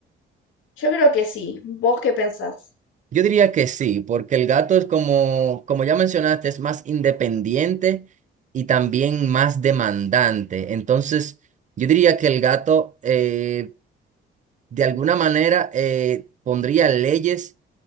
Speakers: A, on the left; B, on the right.
A: Yo creo que sí. ¿Vos qué pensás?
B: Yo diría que sí, porque el gato es como, como ya mencionaste, es más independiente y también más demandante. Entonces, yo diría que el gato, eh, de alguna manera, eh, pondría leyes